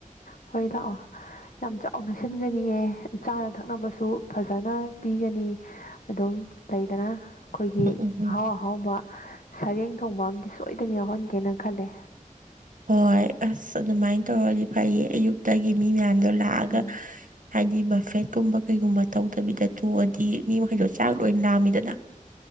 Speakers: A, on the left (about 80°); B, on the right (about 70°).
A: ꯍꯣꯏ ꯂꯥꯛꯑꯣ ꯌꯥꯝ ꯆꯥꯎꯅ ꯁꯤꯟꯒꯅꯤꯑꯦ ꯆꯥꯅ ꯊꯛꯅꯕꯁꯨ ꯐꯖꯅ ꯄꯤꯒꯅꯤ ꯑꯗꯨꯝ ꯂꯩꯗꯅ ꯈꯣꯏꯒꯤ
B: ꯎꯝ ꯎꯝ
A: ꯑꯍꯥꯎ ꯑꯍꯥꯎꯕ ꯁꯔꯦꯡ ꯊꯣꯡꯕ ꯑꯃꯗꯤ ꯁꯣꯏꯗꯅ ꯌꯥꯎꯍꯟꯒꯦꯅ ꯈꯜꯂꯦ
B: ꯍꯣꯏ ꯑꯁ ꯑꯗꯨꯃꯥꯏꯅ ꯇꯧꯔꯗꯤ ꯐꯩꯌꯦ ꯑꯌꯨꯛꯇꯒꯤ ꯃꯤ ꯃꯌꯥꯝꯗꯣ ꯂꯥꯛꯑꯒ
A: ꯎꯝ
B: ꯍꯥꯏꯗꯤ ꯕꯐꯦꯠꯀꯨꯝꯕ ꯀꯩꯒꯨꯝꯕ ꯇꯧꯗꯕꯤꯗ ꯇꯣꯛꯑꯗꯤ ꯃꯤ ꯃꯈꯩꯗꯣ ꯆꯥꯛ ꯂꯣꯏꯅ ꯂꯥꯝꯃꯤꯗꯅ